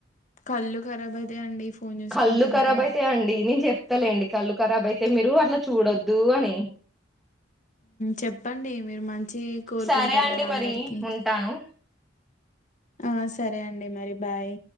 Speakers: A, on the left; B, in the centre.
A: కళ్ళు ఖరాబ్ అయితాయండి ఫోన్ చూసుకుంటుంటే
B: కళ్ళు ఖరాబ్ అయిత అండి నేను చెప్తాలేండి కళ్లుఖరాబ్ అయి అయిే మీరు అట్లా చూడొద్దు అని
A: చెప్పండి మీరు మంచి కోరుకుంటారు
B: సరే అండి
A: కదా
B: మరి
A: అందరికి
B: ఉంటాను
A: ఆ సరే అండి మరి బాయ్